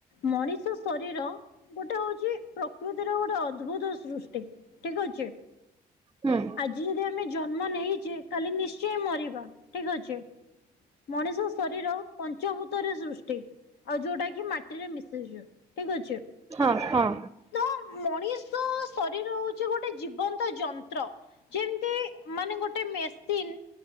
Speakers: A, on the left (about 85°); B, on the right (about 20°).
A: ମଣିଷ ଶରୀର ଗୋଟେ ହଉଚି ପ୍ରକୃତିର ଗୋଟେ ଅଦ୍ଭୁତ ସୃଷ୍ଟି ଠିକ୍ ଅଛି
B: ହୁଁ
A: ଆଜି ଯଦି ଆମେ ଜନ୍ମ ନେଇ କାଲି ନିଶ୍ଚୟ ମରିବା ଠିକ୍ ଅଛି ମଣିଷ ଶରୀର ପଞ୍ଚଭୂତରେ ସୃଷ୍ଟି ଆଉ ଯୋଉଟାକି ମାଟିରେ ମିଶିଯାଏ ଠିକ୍ ଅଛି
B: ହଁ ହଁ।
A: ତ ମଣିଷ ଶରୀର ହଉଚି ଗୋଟେ ଜୀବନ୍ତ ଯନ୍ତ୍ର ଯେମିତି ମାନେ ଗୋଟେ ମେସିନ୍